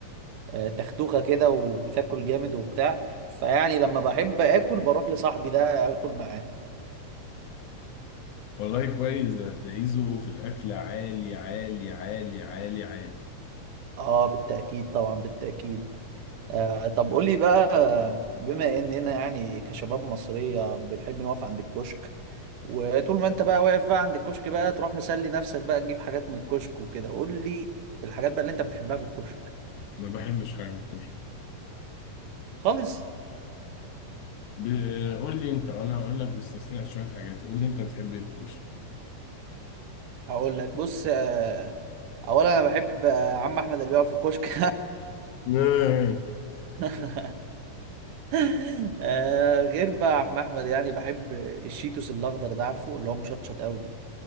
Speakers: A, on the right; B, on the left.
A: آه، تختوخة كده وبتاكل جامد وبتاع فيعني لما بحب اكل بروح لصاحبي ده اكل معاه
B: والله كويس ده هتلاقيه ذوقه في الاكل عالي عالي عالي عالي عالي
A: اه بالتأكيد طبعا بالتأكيد آه طب قولي بقى بما اننا يعني كشباب مصرية بنحب نقف عند الكشك وطول ما انت بقى واقف بقى عند الكشك بقى تروح مسلي نفسك بقى تجيب حاجات من الكشك وكده قولي الحاجات بقى اللي انت بتحبها في الكشك
B: ما بحبش حاجه من الكشري
A: خالص
B: ب- قول لي انت وانا هقول لك باستثناء شويه حاجات قول لي انت بتحب ايه في الكشري
A: هقول لك بص آه اولا انا بحب آه، عم احمد اللي بيقعد في الكشك
B: نعم
A: <laughs> <laughs> آه غير بقى يا عم احمد يعني بحب الشيتوس الاخضر ده عارفه اللي هو مشطشط قوي